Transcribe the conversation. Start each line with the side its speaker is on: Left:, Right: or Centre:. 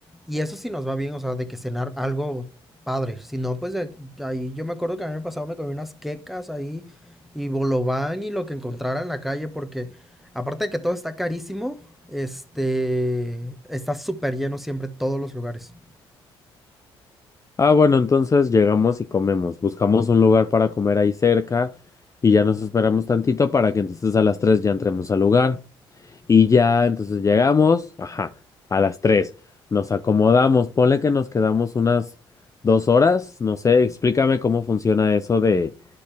Centre: Y eso sí nos va bien, o sea, de que cenar algo padre. Si no, pues de- ahí yo me acuerdo que el año pasado me comí unas quecas ahí y bolobán y lo que encontrara en la calle, porque aparte de que todo está carísimo, este, está súper lleno siempre todos los lugares.
Left: Ah, bueno, entonces llegamos y comemos. Buscamos un lugar para comer ahí cerca y ya nos esperamos tantito para que entonces a las 3 ya entremos al lugar. Y ya, entonces llegamos, ajá, a las 3. Nos acomodamos, ponle que nos quedamos unas dos horas, no sé, explícame cómo funciona eso de